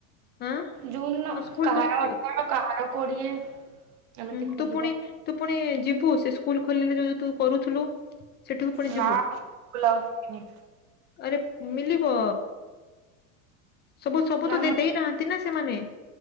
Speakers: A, on the left; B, on the right.
A: ହଁ
B: ଜୁନ
A: ସ୍କୁଲ
B: କାହାର
A: ତ ଛୁଟି
B: ଅଠର
A: ଅଛି
B: କାହାର କୋଡିଏ ଏମିତି
A: ହୁଁ
B: ଖୋଲିବ।
A: ତୁ ପୁଣି ତୁ ପୁଣି ଯିବୁ ସେ ସ୍କୁଲ ଖୋଲିଲେ ଜୋଉ ତୁ କରୁଥିଲୁ ସେଠିକୁ ପୁଣି
B: ନା
A: ଯିବୁ?
B: ବ୍ଲାଉଜ ଶିଖିନି
A: ଆରେ ମିଲିବ। ସବୁ ସବୁ
B: ନା
A: ତ
B: ମୁଁ
A: ଦେଇନାହାନ୍ତି ନା ସେମାନେ